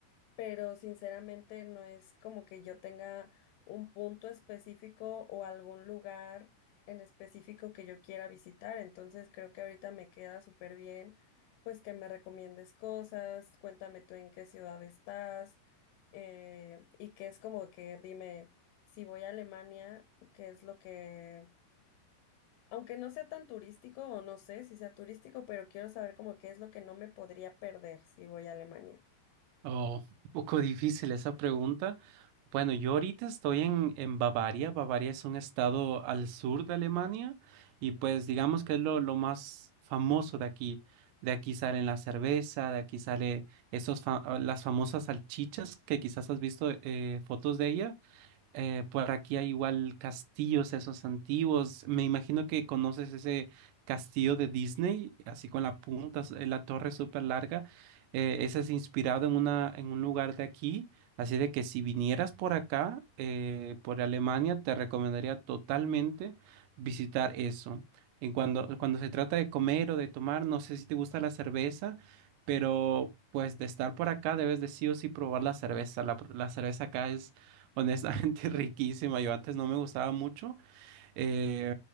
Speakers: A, on the left; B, on the right.
A: pero sinceramente no es como que yo tenga un punto específico o algún lugar en específico que yo quiera visitar, entonces creo que ahorita me queda súper bien, pues que me recomiendes cosas, cuéntame tú en qué ciudad estás, eh, y que es como que dime si voy a Alemania, qué es lo que aunque no sea tan turístico, o no sé si sea turístico, pero quiero saber como qué es lo que no me podría perder si voy a Alemania.
B: Oh, un poco difícil esa pregunta. Bueno, yo ahorita estoy en, en Bavaria. Bavaria es un estado al sur de Alemania y pues digamos que es lo, lo más famoso de aquí. De aquí salen la cerveza, de aquí sale esos fa- ah, las famosas salchichas que quizás has visto eh, fotos de ella. Eh, por aquí hay igual castillos esos antiguos. Me imagino que conoces ese castillo de Disney, así con la punta, s- eh, la torre súper larga. Eh, ese es inspirado en una, en un lugar de aquí. Así de que si vinieras por acá, eh, por Alemania, te recomendaría totalmente visitar eso. En cuando, cuando se trata de comer o de tomar, no sé si te gusta la cerveza, pero pues de estar por acá debes de sí o sí probar la cerveza. La, la cerveza acá es Honestamente <laughs> riquísima, yo antes no me gustaba mucho, eh,